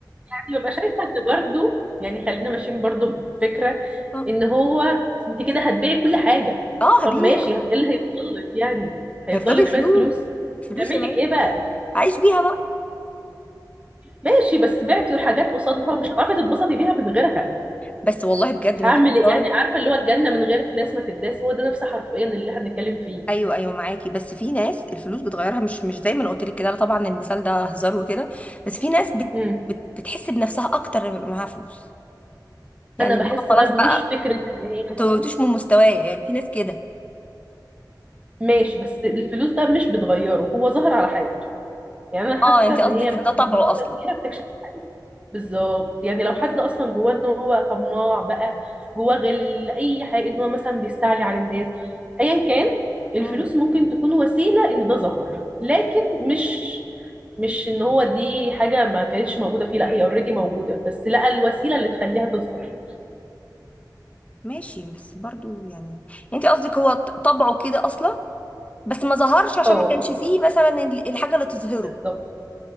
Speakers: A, on the right; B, on the left.
A: يعني ببقى شايفه ان برضه يعني خلينا ماشيين برضه بفكره
B: <laughs> اه
A: ان هو انت كده هتبيعي كل حاجه
B: آه،
A: طب
B: هبيع
A: ماشي هت- ايه اللي هيفضل لك يعني هيفضل
B: هيفضلي
A: لك
B: الفلوس
A: شويه فلوس
B: فلوس
A: تعمل
B: يا بنت
A: لك ايه بقى
B: عايش بيها بقى
A: ماشي بس بعتي حاجات قصادها مش هتعرفي تتبسطي بيها من غيرها
B: بس والله بجد من
A: هعمل
B: غير هزار
A: ايه يعني عارفه اللي هو الجنه من غير ناس ما تداس هو ده نفس حرفيا اللي احنا بنتكلم فيه
B: ايوه ايوه معاكي بس في ناس الفلوس بتغيرها مش مش زي ما أنا قلت لك كده لا طبعا المثال ده هزار وكده بس في ناس بت
A: مم.
B: بت بتحس بنفسها اكتر لما يبقى معاها فلوس يعني
A: انا
B: اللي
A: بحس
B: هو خلاص
A: بقى
B: بقى
A: مش فكره ان هي
B: انتوا
A: اللي هو-
B: انتوش من مستوايا يعني في ناس كده
A: ماشي بس الفلوس بقى مش بتغيره هو ظهر على حاجه يعني انا
B: اه
A: حاسه
B: يعني انت
A: ان
B: قصدك
A: هي
B: ان ده طبعه
A: بنسبه
B: اصلا
A: كبيره بتكشف الحقيقه بالظبط يعني لو حد اصلا جواه ان هو طماع بقى جواه غل اي حاجه ان هو مثلا بيستعلي على الناس ايا كان الفلوس
B: امم
A: ممكن تكون وسيله ان ده ظهر لكن مش مش ان هو دي حاجه ما كانتش موجوده فيه لا هي اوريدي موجوده بس لقى الوسيله اللي تخليها تظهر
B: ماشي بس برضو يعني انت قصدك هو ط- طبعه كده اصلا بس ما ظهرش عشان
A: اه
B: ما كانش فيه مثلا ال- الحاجه اللي تظهره
A: بالظبط